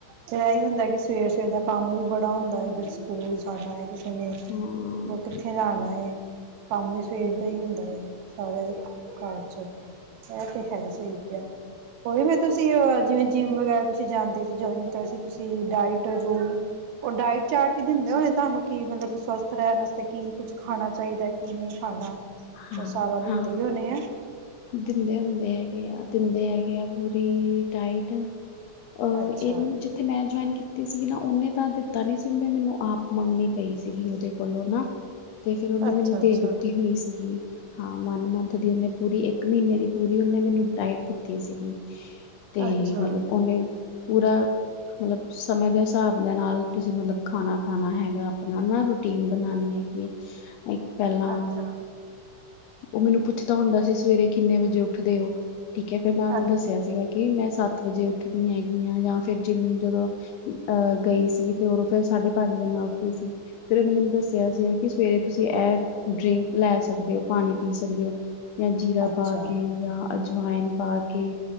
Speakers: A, on the right; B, on the left.
A: ਜੇ ਇਹੀ ਹੁੰਦਾ ਕਿ ਸਵੇਰ ਸਵੇਰ ਦਾ ਕੰਮ ਵੀ ਬੜਾ ਹੁੰਦਾ ਹੈ ਬ ਸਕੂਲ ਜਾਣਾ ਹੈ ਕਿਸੇ ਨੇ
B: ਹੂੰ
A: ਕਿੱਥੇ ਜਾਣਾ ਹੈ ਕੰਮ ਵੀ ਸਵੇਰ ਦਾ ਹੀ ਹੁ ਸਾਰਿਆਂ ਦੇ ਘਰ ਚ ਇਹ ਤੇ ਹੈ ਸਹੀ ਕਿਹਾ ਕੋਈ ਫ ਤੁਸੀਂ ਜਿਵੇਂ ਜਿੰਮ ਵਗੈਰਾ ਤੁਸੀਂ ਜਾਂਦੇ ਸੀ ਜਇਨ ਕੀਤਾ ਸੀ ਤੁਸੀ ਡਾਇਟ ਜੋ ਵੀ ਉਹ ਡਾਇਟ ਚਾਰਟ ਵੀ ਦਿੰਦੇ ਹੋਣੇ ਤੁਹਾਨੂੰ ਕਿ ਮਤਲਬ ਸਵਸਥ ਰਹਿਣ ਵਾਸਤੇ ਕੀ ਕੁਛ ਖਾਣਾ ਚਾਹੀਦਾ ਕੀ ਨਹੀਂ ਖਾਣਾ
B: ਹਾਂ-ਹਾਂ
A: ਉਹ ਸਾਰਾ ਦਿੰਦੇ ਹੀ ਹੋਣੇ ਆ
B: ਦਿੰਦੇ ਹੁੰਦੇ ਹੈਗੇ ਆ ਦਿੰਦੇ ਹੈਗੇ ਆ ਪੂਰੀ ਡਾਈਟ ਅਹ
A: ਅੱਛਾ
B: ਇਹ ਜਿੱਥੇ ਮੈਂ ਜੁਆਇਨ ਕੀਤੀ ਸੀ ਨਾ ਉਹਨੇ ਤਾਂ ਦਿੱਤਾ ਨੀ ਸੀ ਮੈਨੂੰ ਆਪ ਮੰਗਣੀ ਪਈ ਸੀ ਗੀ ਉਹਦੇ ਕੋਲੋਂ ਨਾ ਤੇ ਫ਼ਿਰ ਉਹਨੇ
A: ਅੱਛਾ
B: ਮੈਨੂੰ
A: ਅੱਛਾ
B: ਦੇ ਦਿੱਤੀ ਹੋਈ ਸੀ ਜ ਹਾਂ ਵਨ ਮੰਥ ਦੀ ਉਹਨੇ ਪੂਰੀ ਇੱਕ ਇੱਕ ਮਹੀਨੇ ਦੀ ਪੂਰੀ ਉਹਨੇ ਮੈਨੂੰ ਡਾਇਟ ਦਿੱਤੀ ਸੀ ਗੀ ਤੇ
A: ਅੱਛਾ
B: ਮਤਲਬ ਉਹਨੇ ਪੂਰਾ ਮਤਲਬ ਸਮੇਂ ਦੇ ਹਿਸਾਬ ਦੇ ਨਾਲ ਤੁਸੀਂ ਮਤਲਬ ਖਾਣਾ ਖਾਣਾ ਹੈਗਾ ਆਪਣਾ ਨਾ ਰ ਟੀਮ ਬਣਾਉਣੀ ਹੈ ਕਿ ਪਹਿਲਾ
A: ਅੱਛਾ
B: ਉਹ ਮੈਨੂੰ ਪੁੱਛਦਾ ਹੁੰਦਾ ਸੀ ਸਵੇਰੇ ਕਿੰਨੇ ਵਜੇ ਉੱਠਦੇ ਹੋ ਠੀਕ ਹੈ ਫਿਰ ਮੈਂ ਉਹਨੂੰ
A: ਅੱਛਾ
B: ਦੱਸਿਆ ਸੀਗਾ ਕਿ ਮੈਂ ਸੱਤ ਸੱਤ ਵਜੇ ਉੱਠਦੀਆਂ ਹੈਗੀਆਂ ਜਾਂ ਫਿਰ ਜਿਨਦਰੋ ਅਹ ਗਈ ਸੀ ਤੇ ਉਦੋ ਫੇਿਰ ਸਾਢੇ ਪੰਜ ਵਜੇ ਉੱਠਦੀ ਸੀ ਫਿਰ ਇਹਨੂੰ ਮੈਨੂੰ ਦੱਸਿਆ ਸੀ ਕਿ ਸਵੇਰੇ ਤੁਸੀਂ ਐਡ ਡਰਿੰਕ ਲੈ ਸਕਦੇ ਹੋ ਪਾਣੀ ਪੀ ਸਕਦੇ ਹੋ ਜਾਂ ਜੀਰਾ
A: ਅੱਛਾ ਅੱਛਾ
B: ਪਾ ਕੇ ਜਾਂ ਅਜਵਾਇਨ ਪਾ ਕੇ